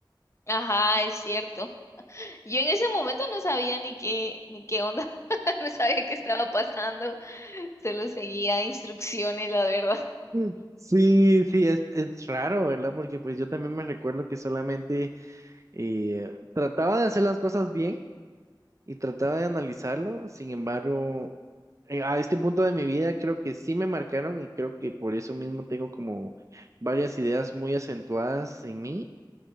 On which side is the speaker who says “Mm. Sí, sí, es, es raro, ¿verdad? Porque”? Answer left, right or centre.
Right